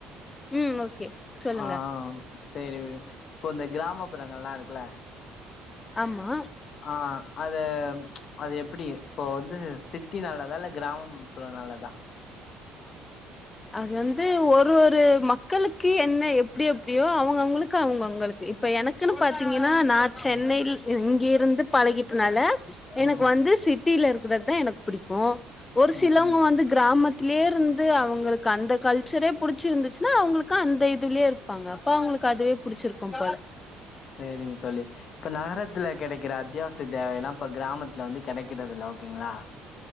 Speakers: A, on the left (about 25°); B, on the left (about 55°).
A: ம் ஓகே சொல்லுங்க
B: ஆ செரி விடு இப்போ இந்த கிராமப்புறங்கள்லா இருக்குல்ல
A: ஆமா
B: ஆ அது அது எப்டி இப்போ வந்து சிட்டி நல்லதா இல்ல கிராமம் ப்புற நல்லதா
A: அது வந்து ஒரு ஒரு மக்களுக்கு என்ன எப்டி எப்டியோ அவுங்கவுங்களுக்கு அவுங்கவுங்களுக்கு இப்ப எனக்குன்னு பாத்தீங்கனா நா சென்னையில்
B: ம்
A: இங்கிருந்து பழகிட்டனால எனக்கு
B: ம்
A: வந்து சி ட்டில இருக்கிறது தா எனக்கு பிடிக்கு ஒரு சிலவங்க
B: ம் ம்
A: வந்து கிராமத்திலே இருந்து அவுங்களுக் அந்த கல்ச்சரே புடிச்சிருந்துச்சுன்னா அவங்களுக்கு அந்த இதுலயே இருப்பாங்க அப்ப அவங்களுக்கு அதுவே புடிச்சிருக்கு ப
B: சேரிங் தோழி இப்ப நகரத்துல கெடைக்கிற அத்தியாவசிய தேவெல்லா இப்ப கிராமத்துல வந்து கெடைக்கறிறது இல்ல ஓகேங்களா